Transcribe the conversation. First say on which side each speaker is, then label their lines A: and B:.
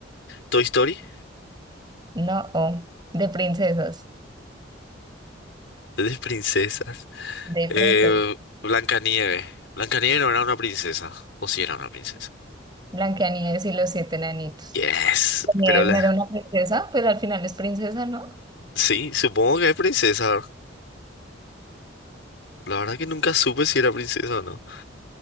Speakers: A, on the left; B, on the right.
A: Toy Story,
B: no, oh, de princesas.
A: <laughs> de princesas.
B: De
A: Eh,
B: princesas.
A: Blancanieves. Blancanieves no era una princesa. O sí era una princesa.
B: Blancanieves y los siete enanitos.
A: Yes,
B: Blancanieves
A: pero la.
B: no era una princesa, pero al final es princesa, ¿no?
A: Sí, supongo que es princesa. La verdad que nunca supe si era princesa o no.